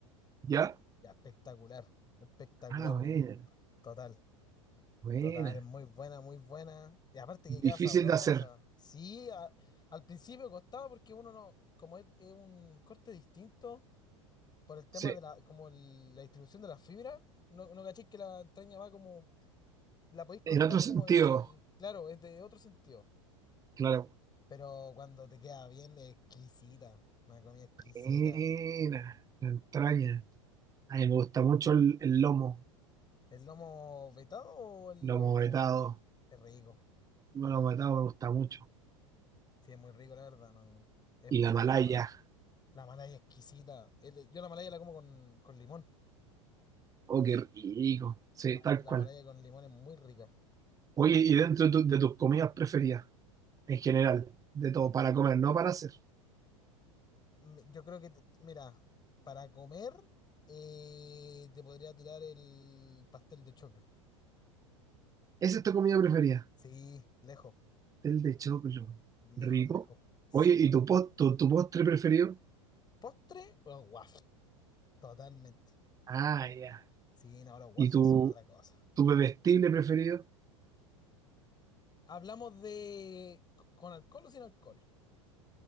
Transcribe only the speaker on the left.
Ya, espectacular. Espectacular,
un total.
Total, es muy buena, muy buena. Y aparte que queda
sabrosa.
Sí, a- al principio costaba porque uno no, como es, es un corte distinto por el tema
de la, como el- la distribución de la fibra, no, no caché que la entraña va como, la podéis cortar
como de, claro, es de otro sentido.
Pero cuando te queda bien, es exquisita, una comida exquisita.
¿El lomo vetado o el
lomo?
Es rico.
Sí, es muy rico, la verdad, no. Es,
mu-
es bueno. La malaya es exquisita. El- Yo la malaya la como con, con limón.
La,
la
malaya con limón es muy rica.
Me- Yo creo que, te- te- mira, para comer eh, te podría tirar el pastel de choclo.
Sí, lejos,
lejos,
lejos. Se-
Postre, los waffles. Totalmente.
Sí, no, los waffles
son otra cosa.
Hablamos de... co- ¿Con alcohol o sin alcohol?